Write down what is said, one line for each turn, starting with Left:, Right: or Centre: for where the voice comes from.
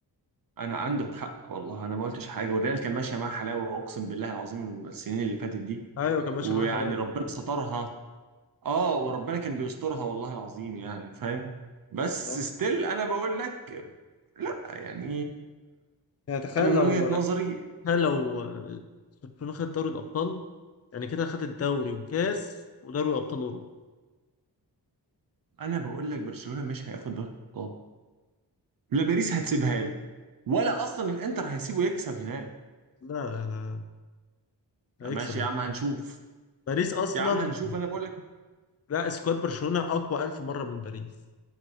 Right: انا عنده حق والله انا ما قلتش حاجه والريال كان ماشيه معاه حلاوه اقسم بالله العظيم السنين اللي فاتت دي
Left: ايوه كان ماشي
Right: ويعني
Left: معاه حلاوه
Right: ربنا سترها اه وربنا كان بيسترها والله العظيم يعني فاهم بس
Left: لا.
Right: ستيل انا بقول لك لا يعني
Left: يعني تخيل
Right: انا من
Left: لو
Right: وجهة نظري
Left: تخيل لو برشلونة خد دوري الابطال يعني كده خد الدوري وكاس ودوري ابطال اوروبا
Right: انا بقول لك برشلونة مش هياخد دوري الابطال لا باريس هتسيبها له ولا اصلا الانتر هيسيبه يكسب هناك
Left: لا لا لا هيكسب
Right: ماشي
Left: انت.
Right: يا عم هنشوف
Left: باريس اصلا
Right: يا عم هنشوف انا بقول لك
Left: لا سكواد برشلونة اقوى الف مرة من باريس